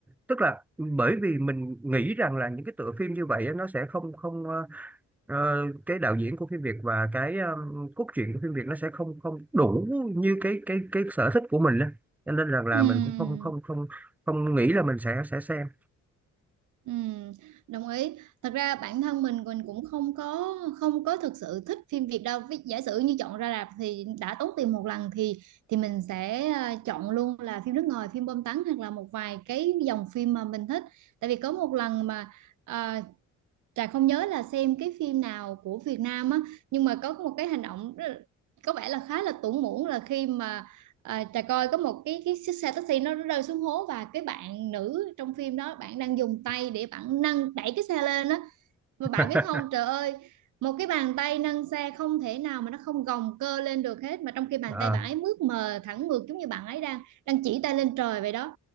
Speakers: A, in the centre; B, on the right.
A: tức là bởi vì mình nghĩ rằng là những cái tựa phim như vậy á, nó sẽ không không ờ, ờ, cái đạo diễn của phim Việt và cái um, cốt truyện của phim Việt nó sẽ không không đủ như cái cái cái sở thích của mình á cho nên rằng là
B: Ừm,
A: mình cũng không không không không nghĩ là mình sẽ sẽ xem
B: ừm, đồng ý. Thật ra bản thân mình mình cũng không có không có thực sự thích phim Việt đâu. Ví- Giả sử như chọn ra rạp thì đã tốn tiền một lần thì thì mình sẽ à, chọn luôn là phim nước ngoài, phim bom tấn hoặc là một vài cái dòng phim mà mình thích. Tại vì có một lần mà ờ, Trà không nhớ là xem cái phim nào của Việt Nam á nhưng mà có một cái hành động rất là- có vẻ là khá là tủn mủn là khi mà à, Trà coi có một cái cái chiếc xe taxi nó rơi xuống hố và cái bạn nữ trong phim đó bạn đang dùng tay để bạn nâng đẩy cái xe lên á và
A: <laughs>
B: bạn biết không, trời ơi, một cái bàn tay nâng xe không thể nào mà nó không gồng cơ lên được hết mà trong khi bàn
A: Ờ.
B: tay bạn ấy mướt mờ thẳng ngược giống như bạn ấy đang đang chỉ tay lên trời vậy đó.